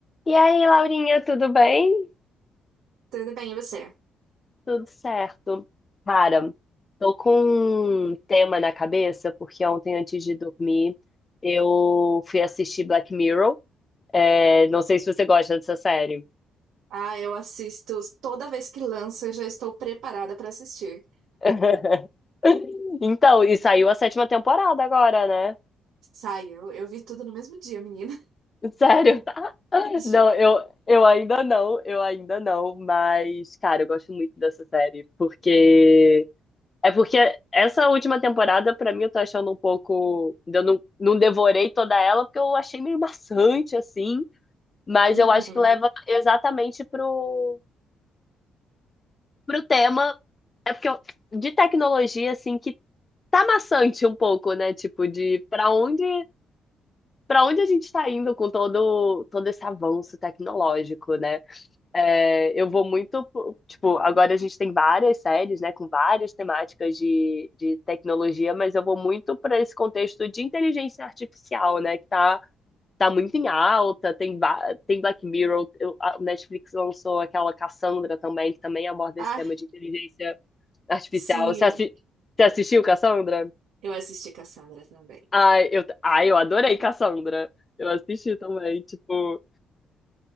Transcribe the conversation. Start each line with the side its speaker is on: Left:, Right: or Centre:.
Left: E aí, Laurinha, tudo bem?
Right: Tudo bem, e você?
Left: Tudo certo. Cara, tô com um tema na cabeça, porque ontem, antes de dormir, eu fui assistir Black Mirror. É, não sei se você gosta dessa série.
Right: Ah, eu assisto toda vez que lança, eu já estou preparada para assistir.
Left: <laughs> Então, e saiu a sétima temporada agora, né?
Right: Sai, eu, eu vi tudo no mesmo dia, menina.
Left: Sério? <laughs>
Right: <laughs> Juro.
Left: Não, eu, eu ainda não, eu ainda não, mas, cara, eu gosto muito dessa série, porque É porque essa última temporada, pra mim, eu tô achando um pouco. Eu não, não devorei toda ela, porque eu achei meio maçante, assim. Mas
Right: Uhum.
Left: eu acho que leva exatamente pro, pro tema. É porque eu- de tecnologia, assim, que tá maçante um pouco, né? Tipo, de pra onde, pra onde a gente tá indo com todo, todo esse avanço tecnológico, né? É, eu vou muito, tipo, agora a gente tem várias séries, né, com várias temáticas de, de tecnologia, mas eu vou muito para esse contexto de inteligência artificial, né, que tá, tá muito em alta, tem, va- tem Black Mirror, eu- a o Netflix lançou aquela Cassandra também, que também aborda
Right: Ah,
Left: esse tema de inteligência artificial.
Right: sim,
Left: Você, assi- você assistiu Cassandra?
Right: eu assisti Cassandra também.
Left: Ai, eu, ai, eu adorei Cassandra. Eu assisti também, tipo,